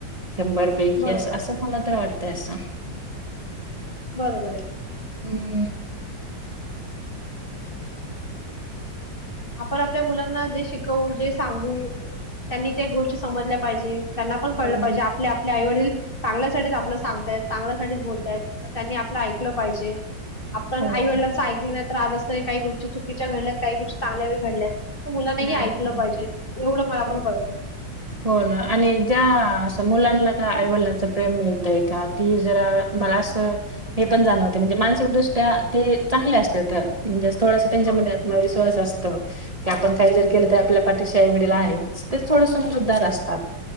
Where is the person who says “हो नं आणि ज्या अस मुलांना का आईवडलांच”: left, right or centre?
Right